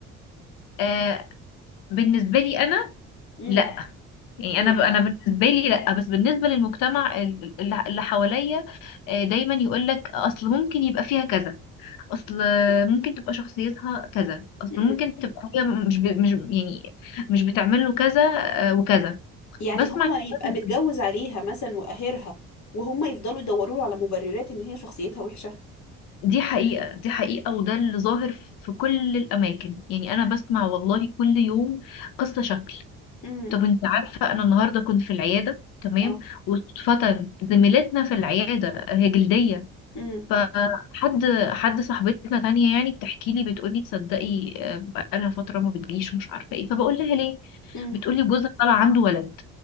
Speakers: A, on the left (about 75°); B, on the left (about 55°).
A: آه، بالنسبه لي انا
B: امم
A: لا يعني
B: امم
A: انا ب- انا بالنسبه لي لا بس بالنسبه للمجتمع ال- ال- اللي حواليا آه، دايما يقول لك اصل ممكن يبقى فيها كذا اصل ممكن تبقى شخصيتها كذا اصل
B: امم
A: ممكن تبقى هي مش ب... مش يعني مش بتعمل له كذا آه، وكذا
B: يعني
A: بسمع
B: هو
A: كلام-
B: يبقى متجوز عليها مثلا وقاهرها وهم يفضلوا يدوروا له على مبررات ان هي شخصيتها وحشة
A: دي حقيقة دي حقيقة وده اللي ظاهر في كل الأماكن يعني أنا بسمع والله كل يوم قصة شكل
B: امم
A: طب أنت عارفة أنا النهاردة كنت في العيادة تمام
B: اه
A: واتفتن زميلتنا في العيادة هي جلدية
B: امم
A: فحد حد صاحبتنا تانية يعني بتحكي لي بتقولي تصدقي آه، بقالها فترة ما بتجيش ومش عارفة ايه فبقول لها ليه
B: امم
A: بتقولي جوزها طلع عنده ولد